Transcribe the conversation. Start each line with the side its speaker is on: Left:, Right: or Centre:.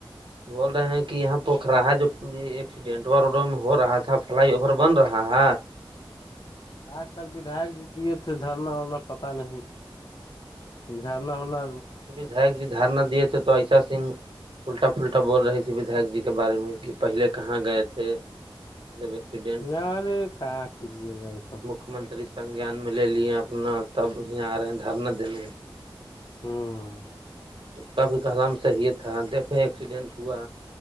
Right: بول رہے ہیں کہ یہاں پوکھ رہا جو ا ایکسیڈینٹوا روڈ میں ہو رہا تھا فلائی اوور بن رہا ہے
Left: آج کل وداک جی دیے تھے دھرنا وورنا پتا نہیں جھرنا ہونا
Right: دائےک جی دارنا دے تھ تو ایشا سن الٹا پلٹا بول رہی تھی بدھک جی کے بارے میں کہ پہلے کہاں گئے تھے <unintelligible>
Left: یارے کہاں کیجیے گا یہ سب
Right: مک منتری سنجیان میں لے لیے اپنا تب یہ آ رہے ہیں دھرنا دینے
Left: ہاں
Right: کافی کلام صحیح تھا دیکھے ایکسیڈینٹ ہوا